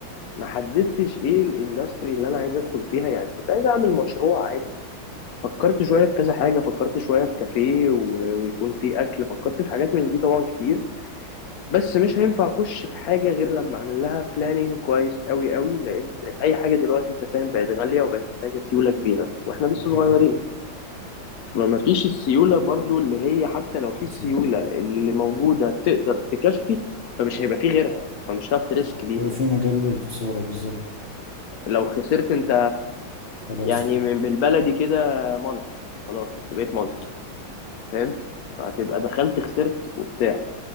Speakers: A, on the left; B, on the left.
A: ما حددتش ايه الاندستري اللي انا عايز ادخل فيها يعني كنت عايز اعمل مشروع عادي فكرت شويه في كذا حاجه فكرت شويه في كافيه و... ويكون فيه اكل فكرت في حاجات من دي طبعا كتير بس مش هينفع اخش في حاجه غير لما اعمل لها بلاننج كويس قوي قوي لان اي حاجه دلوقتي انت فاهم بقت غاليه وبقت محتاجه سيوله كبيره واحنا لسه صغيرين
B: حقيقي
A: ما فيش السيولة برضو اللي هي حتى لو في السيولة
B: في
A: اللي موجودة تقدر تكفي فمش هيبقى في غيرها فمش هتعرف تريسك بيها
B: في مجال للخسارة بالظبط
A: لو خسرت انت
B: خلاص
A: يعني من بالبلدي كده ملط خلاص أنت بقيت ملط فاهم فهتبقى دخلت خسرت وبتاع